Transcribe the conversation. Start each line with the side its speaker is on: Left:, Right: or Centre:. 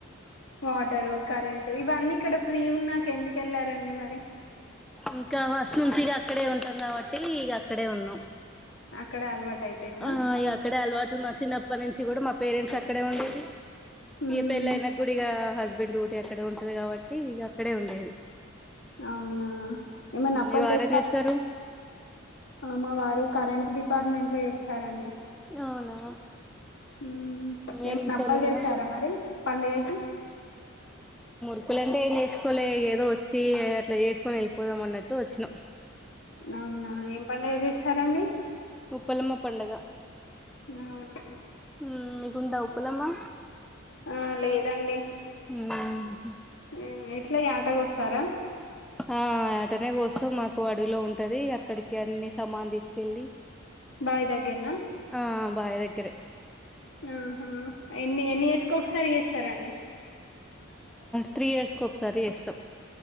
Left: వాటరు కరెంటు ఇవన్నీ ఇక్కడ ఫ్రీ ఉన్నాక ఎందు కెళ్ళారండి మరి
Centre: ఇంకా ఫస్ట్ నుంచి ఇగ అక్కడే ఉంటాం కాబట్టి ఇగ అక్కడే ఉన్నాం
Left: అక్కడ అలవాటు అయిపోయిందా
Centre: ఆ ఇగ అక్కడే అలవాటు నా చిన్నప్పటి నుంచి కూడా మా పేరెంట్స్ అక్కడే ఉండేది
Left: హ్మ్
Centre: ఇ పెళ్ళ అయిన గుడ ఇగ హస్బెండ్ డ్యూటీ అక్కడే ఉంటది కాబట్టి ఇగ అక్కడే ఉండేది
Left: అవునా ఏమన్నా అప్పలు
Centre: ఈ వారేం
Left: చేస్తా
Centre: చేస్తారు
Left: ఆ మా వారు కరెంటు డిపార్ట్మెంట్ లో చేస్తారండి
Centre: అవునా
Left: ఊ
Centre: మీరు
Left: ఏమన
Centre: ఇంట్లోనేనా
Left: అప్పాలు చేసారా మరి పండుగకి
Centre: ప్పులంటే ఏం చేసుకోలే ఏదో వచ్చి అట్లా చేసుకొని వెళ్ళిపోదాం అన్నట్టు వచ్చినాం
Left: అవునా ఏం పండగ చేస్తారండి
Centre: ఉప్పలమ్మ పండగ
Left: అవునవును
Centre: ఊ మీగుండ ఉప్పలమ్మ
Left: ఆ లేదండి
Centre: ఊ
Left: ఊ ఎట్ల ఆడ్ ట్ట కోసారా
Centre: ఆ యాటనే కోస్తాం మాకు అడవిలో ఉంటది అక్కడికి అన్ని సామాన్ తీసుకెళ్ళి
Left: బాయి దగ్గరనా
Centre: ఆ బాయి దగ్గరే
Left: ఉహుమ్ ఎన్ని ఎన్ని ఇయర్స్ కి ఒకసారి చెస్తా సరే అండి
Centre: త్రీ ఇయర్స్ కి ఒకసారి చేస్తాం